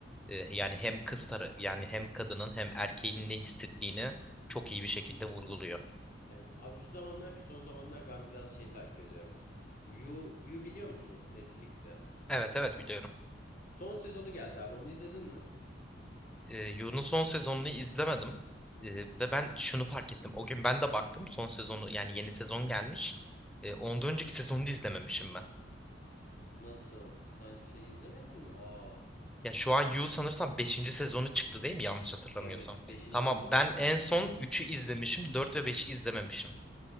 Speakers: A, in the centre; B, on the left.
A: e, yani hem kız tarafı yani hem kadının hem erkeğin ne hissettiğini çok iyi bir şekilde vurguluyor.
B: Evet. Abi şu zamanlar şu son zamanlar ben biraz şey takip ediyorum. You, You biliyor musun Netflix'te?
A: Evet evet biliyorum.
B: Son sezonu geldi abi onu izledin mi?
A: E, Yu'nun son sezonunu izlemedim. E, ve ben şunu fark ettim. O gün ben de baktım son sezonu yani yeni sezon gelmiş. E, ondan önceki sezonu da izlememişim ben.
B: Nasıl? Sen şey izlemedin mi? Aa,
A: Ya şu an Yu sanırsam beşinci sezonu çıktı değil mi? Yanlış hatırlamıyorsam.
B: evet beşinci
A: Tamam
B: sezon
A: ben
B: bitti.
A: en son üçü izlemişim 4 ve beşi izlememişim.